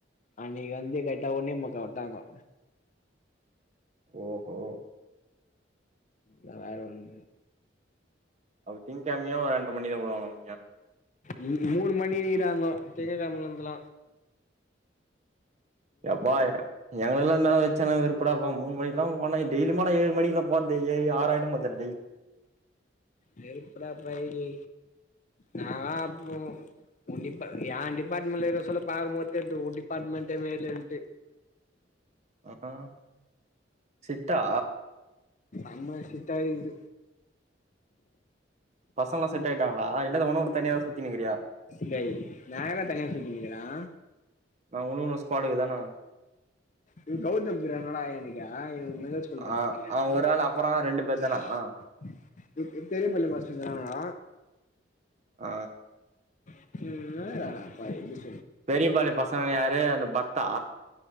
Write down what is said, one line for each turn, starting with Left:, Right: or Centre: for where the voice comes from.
Left: அன்னிக் வந்து கர்ட்டா ஒன்னே முக்கக்கு உட்டாங்கோ
Right: ஓஹோ
Left: நல்லாயிரம் <unintelligible>
Right: அவ திங்கிழமையும் ரெண்டெரை மணிதான் விடுவாங்கலாமா
Left: இங்கு மூணு மணி ரா <inaudible> திங்ககிழைமலிருந்தெலா
Right: யப்பாய எங்க எல்லாம் மே வச்சோ வெறுப்பாப்ப மூணு மணிக் எல்லாம் போனே டெய்லி ஏழு மணில போது ஏ ஆயிரும் மத
Left: வெருப்பட பைலி நா அப்போம் உன் டி என் டிபார்ட்மெண்ட்ல இரு பாக்குறப்ப தெரியுது உன் டிபார்ட்மென்ட் மேலேன்ட்டு
Right: ஆமா ம் சிட்டா
Left: அம்மா சிட்டா இருக்கிது
Right: பசங்க செட் ஆயிட்டாங்களா இல்லாத உணு தனியாதா சுத்தினுருக்கிறியா
Left: லே நான் எங்க டா தனியா சுத்திண்ணிக்கிறேன்
Right: நான் மு ஸ்பாட்டுக்கு தானே
Left: இவ்ளவு கௌதம் கிரனடா எனக்கா <unintelligible>
Right: ஆ ஆ ஒரு ஆள் அப்பறோ ரெண்டு பேர் தானா ஆ
Left: பெரிய பாளை மாஸ்டர் இருக்குறானுக
Right: ஆ
Left: <inaudible>
Right: பெரியபாளைய பசங்க யாரு அந்த பர்த்தா